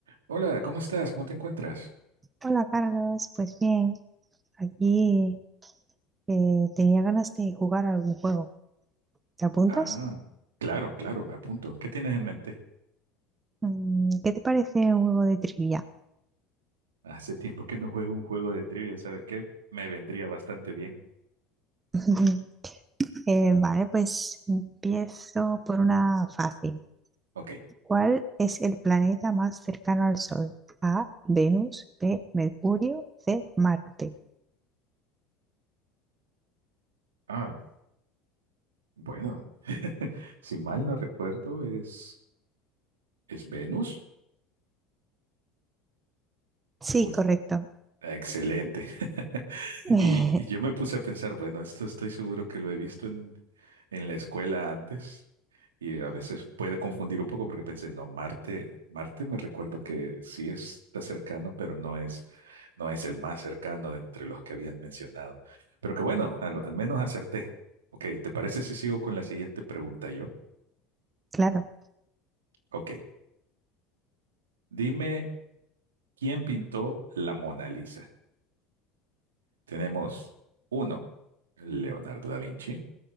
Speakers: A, on the right; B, on the right.
A: Hola, ¿cómo estás? ¿Cómo te encuentras?
B: Hola Carlos, pues bien, aquí eh, tenía ganas de jugar algún juego. ¿Te apuntas?
A: Ah, claro, claro, me apunto. ¿Qué tienes en mente?
B: Mm, ¿Qué te parece un juego de trivia?
A: Hace tiempo que no juego un juego de trivia, ¿sabes qué? Me vendría bastante bien.
B: <laughs> Eh, vale, pues empiezo por una fácil.
A: Ok.
B: ¿Cuál es el planeta más cercano al Sol? A, Venus, B, Mercurio, C, Marte.
A: Ah, bueno. <laughs> Si mal no recuerdo, es, ¿es Venus?
B: Sí,
A: ¿O es,
B: correcto.
A: Ah, Excelente. <laughs>
B: <laughs>
A: Y, y yo me puse a pensar, bueno, esto estoy seguro que lo he visto en, en la escuela antes y a veces puede confundir un poco porque pensé, no, Marte, Marte me recuerdo que sí está cercano, pero no es, no es el más cercano de entre los que habían mencionado. Pero que bueno, al, al menos acerté. Ok, ¿te parece si sigo con la siguiente pregunta yo?
B: Claro.
A: Ok, dime, ¿quién pintó la Mona Lisa? Tenemos uno, Leonardo da Vinci.